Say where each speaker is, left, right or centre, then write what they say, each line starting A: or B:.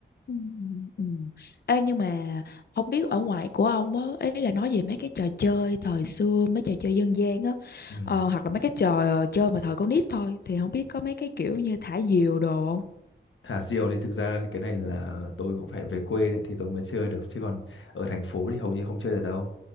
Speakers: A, on the left (about 55°); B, on the left (about 90°).
A: Ừ, ừ. Ê, nhưng mà không biết ở ngoài của ông á ý là nói về mấy cái trò chơi thời xưa mấy trò chơi dân gian á
B: ừ.
A: ờ, hoặc là mấy cái trò chơi mà thời con nít thôi thì không biết có mấy cái kiểu như thả diều đồ không
B: thả diều thì thực ra thì cái này là tôi cũng phải về quê đấy thì tôi mới chơi được chứ còn ở thành phố thì hầu như không chơi được đâu